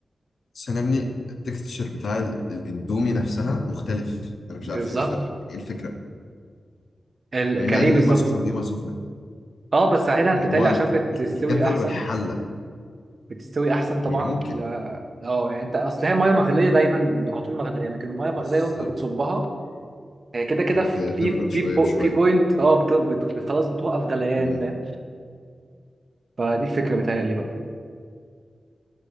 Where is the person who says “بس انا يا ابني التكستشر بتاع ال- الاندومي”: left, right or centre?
Left